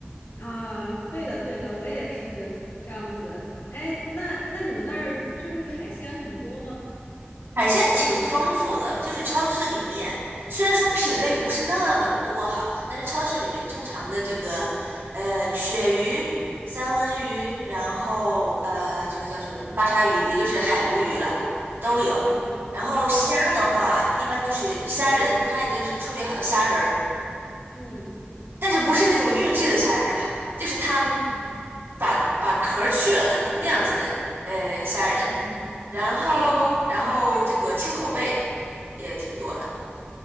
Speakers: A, on the left (about 75°); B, on the right (about 65°).
A: 啊，对的，对的，我也是这样子。哎，那那你们那儿就是海鲜很多吗？
B: 海鲜挺丰富的，就是超市里面虽然说品类不是那么的多哈，但是超市里面正常的这个呃鳕鱼、三文鱼，然后呃这个叫什么巴沙鱼，也就是海鲈鱼了，都有。
A: 嗯，
B: 然后虾的话，
A: 哦。
B: 一般就是虾仁，它已经是处理好的虾仁儿，
A: 嗯
B: 但是不是那种预制的虾仁儿哈，就是它
A: 嗯
B: 把把壳儿去了那那样子的呃虾仁，
A: 嗯，
B: 然后然后这个青口贝也挺多的，
A: 知道。